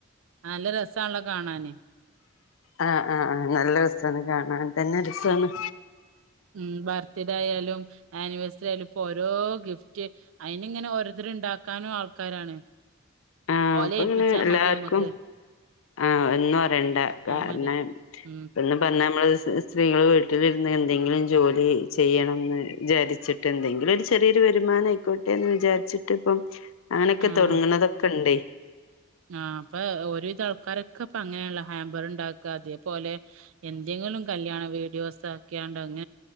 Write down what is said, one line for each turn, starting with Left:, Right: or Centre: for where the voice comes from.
Right: നല്ല രസാണല്ലോ കാണാന്
Left: ആഹ് ആഹ് ആഹ് നല്ല രസാണ് കാണാ തന്നെ രസാണ്
Right: ഉം ബർത്ത്ഡേ ആയാലും ആനിവേഴ്സറി ആയാലും ഇപ്പൊ ഓരോ ഗിഫ്റ്റ് അയിന് ഇങ്ങനെ ഓരോരുത്തര് ഇണ്ടാക്കാനും ആൾക്കാരാണ്
Left: ആഹ്
Right: ഓലെ
Left: അപ്പൊ
Right: ഏപ്പിച്ചാ
Left: ഇങ്ങനെ എല്ലാർക്കും
Right: മതി ഞമ്മക്ക്
Left: ആഹ് ഒന്നും അറിയണ്ട കാരണം
Right: മതി
Left: <unintelligible>
Right: ഉം
Left: പറഞ്ഞ നമ്മള് സ് സ്ത്രീകള് വീട്ടിലിരുന്ന് എന്തെങ്കിലും ജോലി ചെയ്യണംന്ന് വിചാരിച് ട്ട് എന്തെങ്കിലും ഒരു ചെറിയൊരു വരുമാനം ആയിക്കോട്ടെന്ന് വിചാരിച്ചിട്ട് ഇപ്പം അങ്ങനെക്കെ
Right: ആഹ്
Left: തൊടങ്ങ്ണതൊക്കെ ഇണ്ടയ്
Right: ആഹ് ഇപ്പൊ ഒര് വിധ ആൾക്കാരൊക്കെ ഇപ്പോ അങ്ങനേല്ല ഹാമ്പർ ഇണ്ടാക്ക അതേപോലെ എന്തെങ്കിലും കല്യാണം വീഡിയോസ് ആക്കിയാണ്ട് അങ്ങ